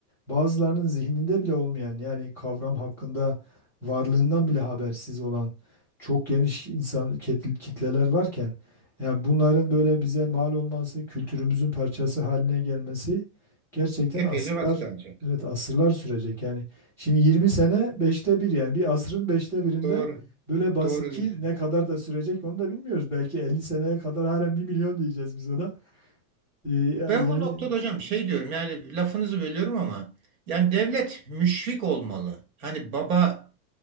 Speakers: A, in the centre; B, on the right.
A: bazılarının zihninde bile olmayan yani kavram hakkında varlığından bile habersiz olan çok geniş insan ket- kitleler varken yani bunların böyle bize mal olması, kültürümüzün parçası haline gelmesi gerçekten
B: Epeyce
A: asırlar
B: vakit alacak.
A: evet asırlar sürecek. Yani şimdi 20 sene beşte bir yani bir asrın beşte birinde
B: Doğru.
A: Böyle bas
B: Doğru
A: 2
B: diyorsunuz.
A: ne kadar da sürecek onu da bilmiyoruz. Belki 50 seneye kadar halen bir milyon diyeceğiz biz ona. Ee, ya-
B: Ben
A: yani
B: bu noktada hocam şey diyorum yani lafınızı bölüyorum ama yani devlet müşfik olmalı. Hani baba